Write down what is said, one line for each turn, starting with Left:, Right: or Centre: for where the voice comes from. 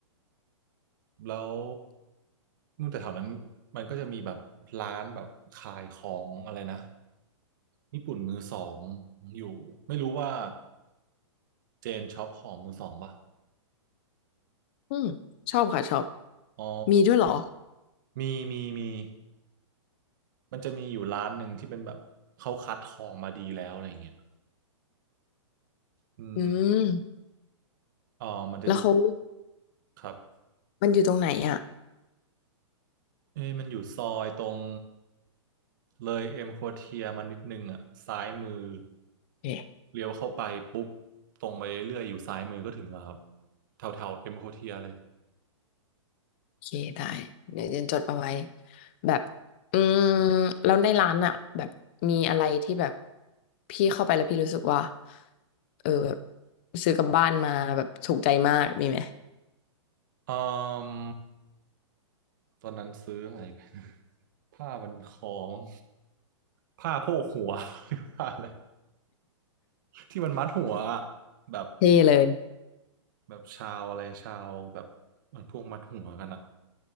Right: แล้วนู่นแต่แถวนั้นมันก็จะมีแบบร้านแบบขายของอะไรนะญี่ปุ่นมือสองอยู่ไม่รู้ว่าเจนช็อปของมือสองป่ะ
Left: อืมชอบค่ะชอบ
Right: อ๋อ
Left: มีด้วยเหรอ
Right: มีมีมี มันจะมีอยู่ร้านหนึ่งที่เป็นแบบเขาคัดทองมาดีแล้วอะไรเงี้ยอืม
Left: อืม
Right: อ๋อมันจะอยู่
Left: แล้วเขา
Right: ครับ
Left: มันอยู่ตรงไหนอ่ะ
Right: เอ้ยมันอยู่ซอยตรงเลยเอ็มโคเทียมานิดนึงอ่ะซ้ายมือ
Left: เอ๊ะ
Right: เลี้ยวเข้าไปปุ๊บตรงไปเรื่อยๆอยู่ซ้ายมือก็ถึงแล้วครับแถวแถวเอ็มโคเทียเลย
Left: โอเคได้เดี๋ยวเจนจดเอาไว้แบบอืมแล้วในร้านอ่ะแบบมีอะไรที่แบบพี่เข้าไปแล้วพี่รู้สึกว่าเออแบบซื้อกลับบ้านมาแบบถูกใจมากมีไหม
Right: อืมตอนนั้นซื้ออะไรไป <laughs> ผ้ามันคล้องผ้าโพกหัว <laughs> ผ้าอะไรที่มันมัดหัวอะแบบ
Left: เท่เลย
Right: แบบชาวอะไรชาวแบบมันพวกมัดหัวกันอะ